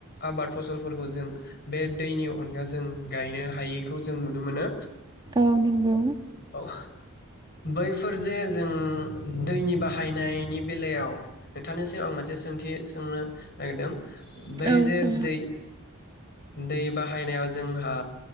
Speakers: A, on the left (about 50°); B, on the right (about 20°).
A: आबाद फसलफोरखौ जों बे दैनि अनगा जों गायनो हायिखौ जों नुनो मोनो
B: औ नंगौ
A: औ। बैफोर जे जों दैनि बाहायनायनि बेलायाव नोंथांनिसिम आं मोनसे दि सोंनो नागिरदों बै
B: औ
A: जे दै दै बाहाय <unintelligible> जोंहा